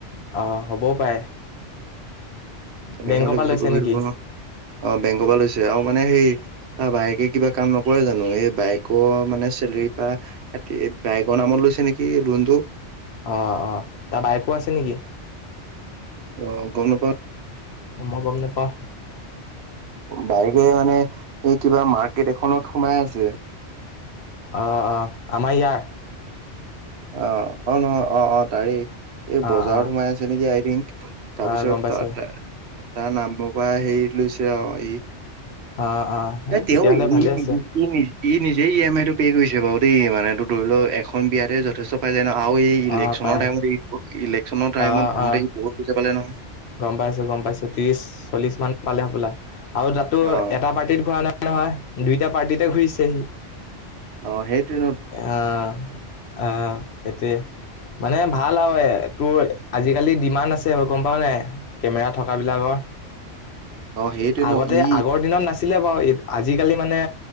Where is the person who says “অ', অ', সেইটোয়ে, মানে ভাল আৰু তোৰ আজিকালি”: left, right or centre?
Left